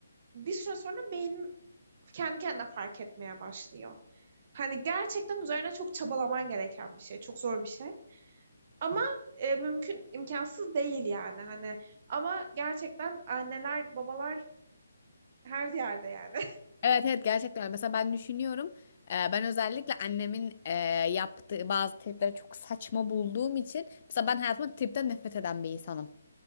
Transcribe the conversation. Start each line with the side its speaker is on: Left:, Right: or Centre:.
Right: bir süre sonra beynin kendi kendine fark etmeye başlıyor. Hani gerçekten üzerine çok çabalaman gereken bir şey. Çok zor bir şey. Ama e, mümkün, imkansız değil yani. Hani ama gerçekten anneler, babalar her yerde yani.
Left: Evet evet gerçekten öyle. mesela ben düşünüyorum e, ben özellikle annemin e, yaptığı bazı triplere çok saçma bulduğum için mesela ben hayatımda tripten nefret eden bir insanım.